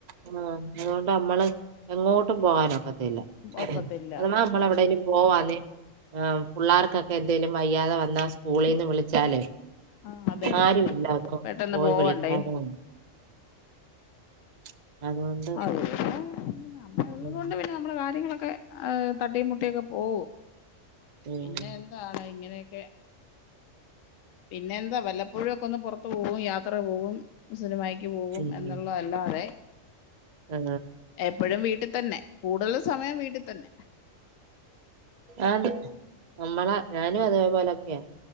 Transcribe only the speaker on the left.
ഒക്കത്തില്ല
ആ അതെ
പെട്ടെന്ന്
പോവണ്ടേ
അ ഇവിടെ പിന്നെ അമ്മ ഉള്ളത്
കൊണ്ട് പിന്നെ നമ്മടെ കാര്യങ്ങളൊക്കെ ആഹ് തട്ടിം മുട്ടിയൊക്കെ പോവും
പിന്നെ എന്താണ് ഇങ്ങനെ ക്കെ പിന്നെ എന്താ വല്ലപ്പോഴുംക്കെ ഒന്ന് പുറത്ത്പോവും യാത്ര പോവും സിനിമയ് ക്ക് പോവും
എന്നുള്ളതല്ലാതെ
എപ്പഴും വീട്ടിത്തന്നെ കൂടുതല് സമയം വീട്ടിത്തന്നെ